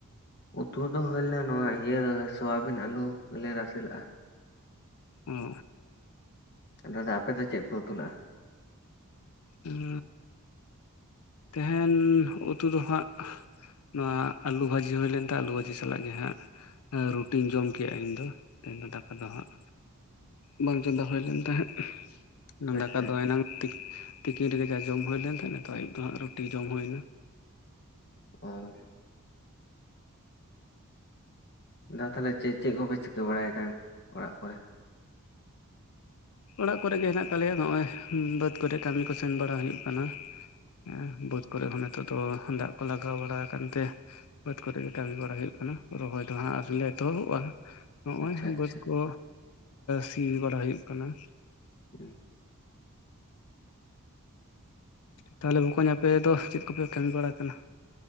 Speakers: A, on the left; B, on the left.
A: ᱩᱛᱩ ᱫᱚ ᱦᱩᱭ ᱞᱮᱱᱟ ᱱᱚᱣᱟ ᱤᱭᱟᱹ ᱥᱚᱣᱟᱵᱤᱱ ᱟᱞᱩ ᱞᱮ ᱨᱟᱥᱮ ᱞᱟᱜ-ᱟ ᱾
B: ᱚ ᱾
A: ᱫᱟᱫᱟ ᱟᱯᱮ ᱫᱚ ᱪᱮᱫ ᱯᱮ ᱩᱛᱩ ᱞᱟᱜ-ᱟ?
B: ᱩᱸ ᱛᱮᱦᱮᱱ ᱩᱛᱩ ᱫᱚ ᱦᱟᱸᱜ ᱱᱚᱣᱟ ᱟᱹᱞᱩ ᱵᱷᱟᱹᱡᱤ ᱦᱩᱭ ᱞᱮᱱ ᱛᱟᱦᱮ ᱟᱞᱩ ᱵᱷᱟᱹᱡᱤ ᱥᱟᱞᱟᱜ ᱜᱮ ᱦᱟᱸᱜ ᱨᱩᱴᱤᱧ ᱡᱚᱢ ᱠᱮᱜᱼᱟ ᱤᱧ ᱫᱚ, ᱛᱮᱦᱮᱧ ᱫᱚ ᱫᱟᱠᱟ ᱫᱚ ᱦᱟᱸᱜ ᱵᱟᱝ ᱪᱚᱹᱫᱟ ᱦᱩᱭᱞᱮᱱ ᱛᱟᱦᱮᱸᱜ ᱾ ᱚᱱᱟ
A: ᱟᱪᱪᱷᱟ
B: ᱫᱟᱠᱟ ᱫᱚ ᱮᱱᱟᱝ ᱛᱤᱠᱤᱱ ᱨᱮᱜᱮ ᱡᱟ ᱡᱚᱢ ᱦᱩᱭᱞᱮᱱ ᱛᱟᱦᱮᱸᱜ ᱱᱤᱛᱚᱜ ᱟᱭᱩᱵ ᱫᱚ ᱦᱟᱸᱜ ᱨᱩᱴᱤ ᱡᱚᱢ ᱦᱩᱭ ᱮᱱᱟ ᱾
A: ᱦᱳᱭ ᱾ ᱫᱟ ᱛᱟᱦᱚᱞᱮ ᱪᱮᱫ ᱪᱮᱫ ᱠᱚᱯᱮ ᱪᱤᱠᱟᱹ ᱵᱟᱲᱟᱭᱮᱫᱟ ᱚᱲᱟᱜ ᱠᱚᱨᱮ?
B: ᱚᱲᱟᱜ ᱠᱚᱨᱮ ᱜᱮ ᱦᱮᱱᱟᱜ ᱞᱮᱭᱟ ᱱᱚᱜᱼᱚᱭ ᱵᱟᱹᱫᱽ ᱠᱚᱨᱮ ᱠᱟᱹᱢᱤ ᱠᱚ ᱥᱮᱱ ᱵᱟᱲᱟ ᱦᱩᱭᱩᱜ ᱠᱟᱱᱟ ᱾ ᱦᱮᱸ ᱵᱟᱹᱫᱽ ᱠᱚᱨᱮ ᱦᱚᱸ ᱱᱤᱛᱚᱜ ᱫᱚ ᱫᱟᱜ ᱠᱚ ᱞᱟᱜᱟᱣ ᱵᱟᱲᱟ ᱟᱠᱟᱱ ᱛᱮ ᱵᱟᱹᱫ ᱠᱚᱨᱮ ᱜᱮ ᱠᱟᱹᱢᱤ ᱵᱟᱲᱟ ᱦᱩᱭᱩᱜ ᱠᱟᱱᱟ ᱨᱚᱦᱚᱭ ᱫᱚ ᱦᱟᱸᱜ ᱟᱨᱤ ᱞᱮ ᱮᱛᱚᱦᱚᱵᱚᱜᱼᱟ ᱾ ᱱᱚᱜᱼᱚᱭ
A: ᱟᱪᱪᱷᱟ ᱟᱪᱪᱷᱟ
B: ᱵᱟᱹᱫ ᱠᱚ ᱥᱤ ᱵᱟᱲᱟ ᱦᱩᱭᱩᱜ ᱠᱟᱱᱟ ᱾
A: ᱦᱩᱸ ᱾
B: ᱛᱟᱦᱚᱞᱮ ᱵᱚᱠᱚᱧ ᱟᱯᱮ ᱫᱚ ᱪᱮᱫ ᱠᱚᱯᱮ ᱠᱟᱹᱢᱤ ᱵᱟᱲᱟ ᱠᱟᱱᱟ?